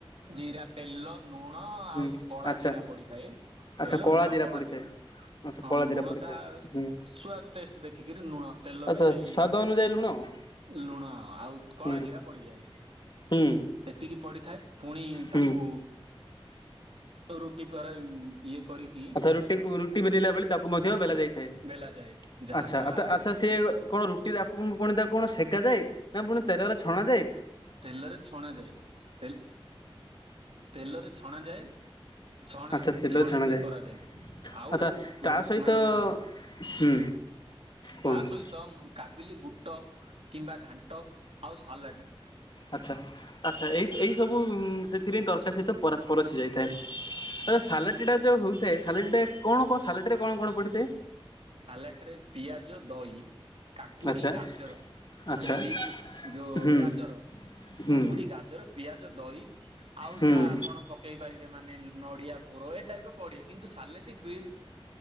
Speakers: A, on the right; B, on the left.
A: ଜିରା ତେଲ ଲୁଣ ଆଉ
B: ହୁଁ
A: କଳା
B: ଆଚ୍ଛା
A: ଜିରା ପଡିଥାଏ
B: ଆଚ୍ଛା
A: ତେଲ
B: କଳା
A: ଲୁଣ
B: ଜିରା
A: କଳାଜିର
B: ପଡିଥାଏ। ଆଚ୍ଛା
A: ହଁ
B: କଳା ଜିରା
A: ଲୁଣ
B: ପଡିଥାଏ
A: ତା
B: ହୁଁ
A: ସୁଆଦ ଟେଷ୍ଟ ଦେଖିକିରି ଲୁଣ ତେଲ
B: ଆଚ୍ଛା
A: ବି ସେଇ
B: ସ୍ଵାଦ ଅନୁଯାୟୀ ଲୁଣ ହୁଁ
A: ଲୁଣ ଆଉ କଳା
B: ହୁଁ
A: ଜିରା ପଡିଯାଏ।
B: ହୁଁ
A: ଏତିକି ପଡିଥାଏ। ପୁଣି ତାକୁ
B: ହୁଁ
A: ରୁଟି ପରେ ଇଏ କରିକି
B: ଆଛା ରୁଟି କୁ ରୁଟି ବେଲିଲା ଭଳି ତାକୁ ମଧ୍ୟ ବେଲା ଯାଇଥାଏ।
A: ବେଲା ଯାଏ ଯାହା
B: ଆଚ୍ଛା
A: ଦ୍ଵାରା
B: ଆଚ୍ଛା ସିଏ କଣ ରୁଟି ତାକୁ ପୁଣି ତାକୁ କଣ ସେକାଯାଏ ନା ପୁଣି ତେଲରେ ଛଣା ଯାଏ?
A: ତେଲରେ ଛଣା ଯାଏ। ତେଲ୍ ତେଲରେ ଛଣା ଯାଏ ଛଣୀ
B: ଆଚ୍ଛା ତେଲରେ
A: ଛଣିକି
B: ଛଣାଯାଏ।
A: କରାଯାଏ ଆଉ
B: ଆଚ୍ଛା ତା
A: ଗୃ
B: ସହିତ
A: ମାନେ
B: ହୁଁ କୁହନ୍ତୁ
A: ତା ସହିତ କାବିଲି ବୁଟ କିମ୍ବା ଘାଣ୍ଟ ଆଉ ସାଲାଡ
B: ଆଚ୍ଛା ଆଚ୍ଛା ଏଇ ଏଇ ସବୁ ସେଥିରେ ତରକାର ସହିତ ପରସ୍ପର ସିଯା ଯାଇଥାଏ। ଆ ସାଲାଟି ଟା ଯୋଉ ହଉଥାଏ ସାଲାଟି ଟା କଣ କଣ ସାଲଟିରେ କଣ କଣ ପଡିଥାଏ?
A: ସାଲାଟ ରେ ପିଆଜ, ଦହି କାକୁଡ଼ି,
B: ଆଚ୍ଛା
A: ଗାଜର
B: ଆଚ୍ଛା
A: ମାନେ ବିଟ ଯୋଉ
B: ହୁଁ
A: ଗାଜର
B: ହୁଁ
A: କାକୁଡି, ଗାଜର, ପିଆଜ, ଦହି ଆଉ
B: ହୁଁ।
A: ଯାହା ଆପଣ ପକେଇ ପାରିବେ ମାନେ ନଡ଼ିଆ ପୂର ଏ ଟାଇପ୍ ର ପଡ଼େ କିନ୍ତୁ ସାଲେଟି ବି